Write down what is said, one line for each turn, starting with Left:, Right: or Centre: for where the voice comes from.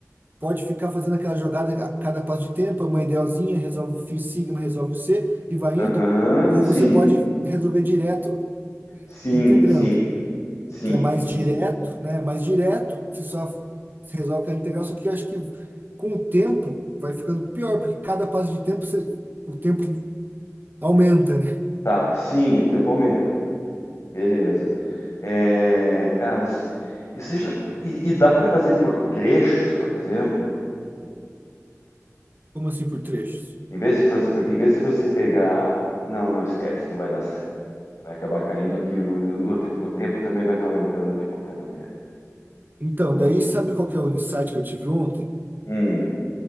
Right: Pode ficar fazendo aquela jogada a cada passo de tempo, é uma idealzinha, resolve o φ sigma, resolve o C e vai
Left: Aham,
Right: indo. Ou
Left: sim,
Right: você pode resolver direto
Left: sim,
Right: integrando,
Left: sim, sim,
Right: que é mais
Left: sim.
Right: direto, né? É Mais direto, você só resolve aquela integral, só que eu acho que com o tempo vai ficando pior, porque cada passo de tempo você- o tempo aumenta, né?
Left: Tá, sim, o tempo aumenta. Beleza. É, caras, e você já e, e dá para fazer por trechos, por exemplo,
Right: Como assim por trechos?
Left: em vez de fazer, porque em vez de você pegar, não, não esquece, não vai dar certo. Vai acabar caindo que o, o, o tempo também vai estar aumentando de qualquer maneira.
Right: Então,
Left: Não, não-
Right: daí sabe qual que é o insight que eu tive ontem?
Left: Hum,